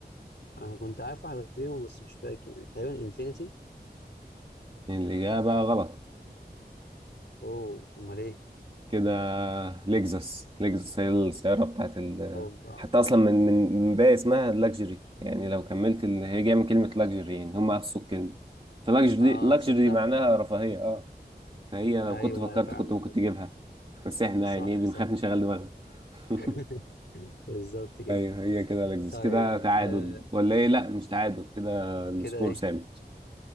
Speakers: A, on the left; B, on the right.
A: أنا كنت عارف واحدة فيهم بس مش فاكر يعني تقريبا إنفينيتي
B: الإجابة غلط
A: أوه أمال إيه
B: كده لكزس لكزس هي السيارة بتاعت ال
A: هوبا
B: حتى أصلا من من من باقي اسمها لاكجري يعني لو كملت ال... هي جاية من كلمة لاكجري يعني هم قصوا الكلمة فلاكجري
A: آه
B: لاكجري
A: تصدق
B: معناها رفاهية اه فهي لو
A: أيوه
B: كنت فكرت
A: أيوة، فعلا
B: كنت ممكن تجيبها بس احنا
A: صح
B: يعني ايه بنخاف
A: صح
B: نشغل دماغنا <laughs>
A: <laughs> بالظبط كده
B: ايوه هي كده لكزس
A: طيب
B: كده تعادل
A: آه
B: ولا ايه لا مش تعادل كده السكور
A: كده إيه
B: ثابت